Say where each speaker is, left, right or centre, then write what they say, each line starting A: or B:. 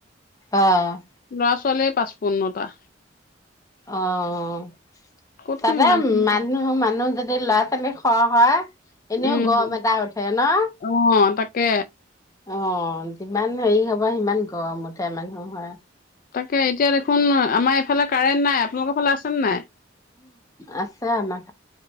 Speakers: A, on the left; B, on the left.
A: অ'।
B: ল'ৰা ছোৱালীয়ে পাঁচপোন্নটা।
A: অ'-অ'।
B: ক'তনো
A: তাতে
B: ইমান খিনি
A: মানুহ-মানুহ যা যদি ল'ৰা ছোৱালী সৰহ হয় এনেও
B: উম
A: গৰম এটা উঠে ন'!
B: অ তাকে
A: অ', যিমান হেৰি হ'ব সিমান গৰম উঠে মানুহ
B: তাকে এতিয়া দেখোন আমাৰ এইফালে কাৰেণ্ট নাই, আপোনালোকৰ ফালে আছে নে নাই?
A: আছে আমাৰ